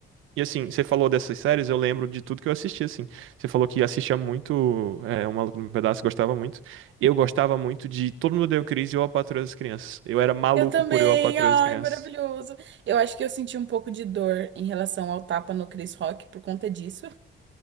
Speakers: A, on the right; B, on the right.
A: e assim, você falou dessas séries, eu lembro de tudo que eu assisti, assim. Você falou que assistia muito, é, O Maluco no Pedaço, gostava muito. Eu gostava muito de Todo Mundo Odeia o Chris e Eu, a Patroa das Crianças. Eu era maluco
B: Eu também,
A: por Eu, a Patroa
B: ai,
A: das Crianças.
B: maravilhoso. Eu acho que eu senti um pouco de dor em relação ao tapa no Chris Rock por conta disso.